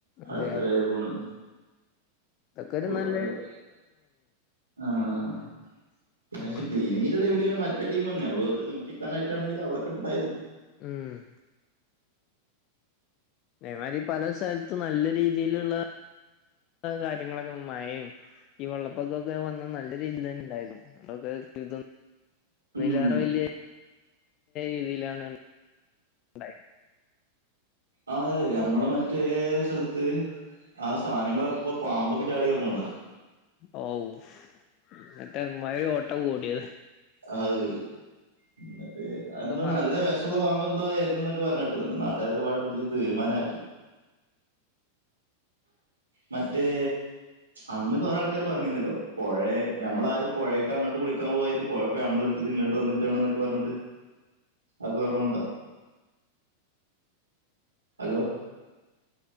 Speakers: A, on the left; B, on the right.
A: അതെ
B: അടുത്തത് തായേ പോണ്
A: തൊക്കൊര് നൽ
B: <unintelligible> ആഹ് ഒര് പശ്ശെ
A: ഉം
B: ക്ലീനിങ്ങിന്റെ ടൈമില് പിന്നെ മറ്റ് റ്റേ ടീമന്ന് ഞമ്മള് വെർതേ നോക്കിക്കാനട്ടാണെങ്കിലും അവളൊക്കെണ്ടായിന്
A: ഉം തേമാതിരി പല സ്ഥലത്തും നല്ല രീതിയിലുള്ള കാര്യങ്ങളൊക്കെ മഴയും ഈ വെള്ളപ്പൊക്കൊക്കെ വന്നന്ന് നല്ല രീതിൽ തന്നെ ഉണ്ടായിരുന്നു. അന്നൊക്കെ ട്ട് <unintelligible>
B: ഉം
A: തിലേറെ വല്യ രീതിയിലാണ് ണ്ടായി <unintelligible>
B: അതെ ഞമ്മളെ മറ്റേ സ്ഥലത്ത് ആ സാനങ്ങൾ ഒറക്കുമ്പൊ പാമ്പൊക്കെ ചാടിയെ ഓർമ്മണ്ടോ
A: ഔഫ് എന്നിട്ട് എമ്മാതിരി ഓട്ട ഓടിയത്
B: ആഹ് <unintelligible> അതെന്ത
A: ഒക്കെ മറ
B: നല്ല വിഷ ള്ളാമ്പ എന്തൊക്കെ പറഞ്ഞിണ്ട് നാട്ടുകാരൊക്കെ പിടിച്ച് തീരുമാനമാക്കി മറ്റേ അന്ന് കൊറേ ആൾക്കാര് പറഞ്ഞിന്നല്ലോ പൊഴേ ഞമ്മളാ ആ ര് പുഴേക്കങ്ങട്ട് കുളിക്കാൻ പോയിറ്റ് പോയപ്പോ ഞമ്മളെട്ത്ത്ക്ക് ഇങ്ങട്ട് വന്ന്ക്കാണ്ന്നൊക്കെ പറഞ്ഞ്ട്ട്
A: <inaudible>
B: അക്കൊർമ്മണ്ടോ ഹലോ